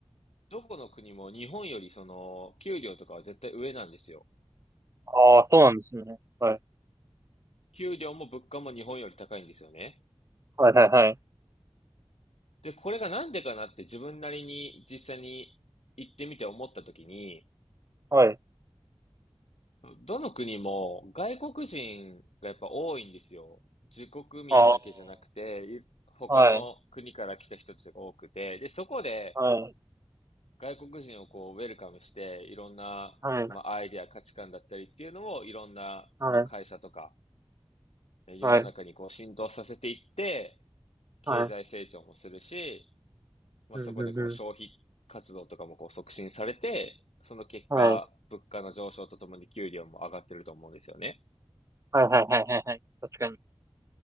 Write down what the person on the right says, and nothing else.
ああ、そうなんですね。はい。
はいはいはい。
はい。
あ
あ、はい。
はい。
はい。
はい。
はい。
はい。
うんうんうん。
はい。
はいはいはいはいはい。確かに。